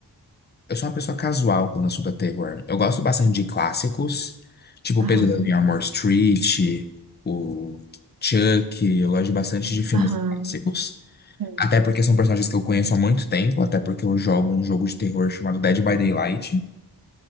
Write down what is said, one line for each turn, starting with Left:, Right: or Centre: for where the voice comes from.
Left: Eu sou uma pessoa casual quando o assunto é terror. Eu gosto bastante de clássicos, tipo
Right: Aham,
Left: o Pesadelo em Elm Street, o Chuck. Eu gosto bastante de filmes
Right: aham,
Left: clássicos.
Right: sim.
Left: Até porque são personagens que eu conheço há muito tempo, até porque eu jogo um jogo de terror chamado Dead by Daylight,